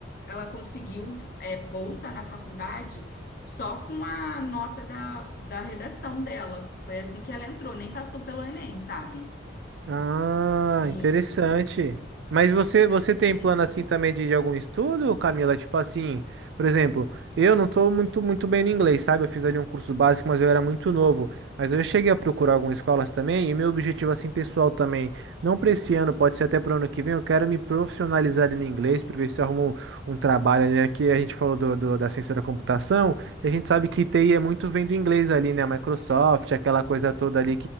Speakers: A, on the left; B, on the right.
A: ela conseguiu é, bolsa na faculdade só com a nota da, da redação dela. Foi assim que ela entrou, nem passou pelo Enem, sabe?
B: Ah,
A: E
B: interessante. Mas você, você
A: é muito
B: tem
A: interessante.
B: plano assim também de, de algum estudo, Camila? Tipo assim, por exemplo, eu não tô muito, muito bem no inglês, sabe? Eu fiz ali um curso básico, mas eu era muito novo. Mas eu cheguei a procurar algumas escolas também, e meu objetivo assim pessoal também, não para esse ano, pode ser até para o ano que vem, eu quero me profissionalizar ali no inglês, para ver se eu arrumo um, um trabalho ali, né? Que a gente falou do, do- da ciência da computação, e a gente sabe que TI é muito vem do inglês ali, né? Microsoft, aquela coisa toda ali